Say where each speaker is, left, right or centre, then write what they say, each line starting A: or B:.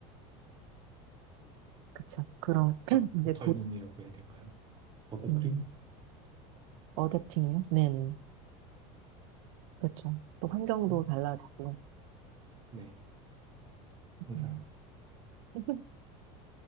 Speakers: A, on the right; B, on the right.
A: 그쵸. 그런,
B: 버, 버,
A: <clears throat> 이제
B: 버터님이라고
A: 곧
B: 해야 될까요? 버터크림?
A: 음, 어댑팅이요? 네네. 그렇죠. 또 환경도
B: 음?
A: 달라지고.
B: 네, 항상.
A: 음. <laughs>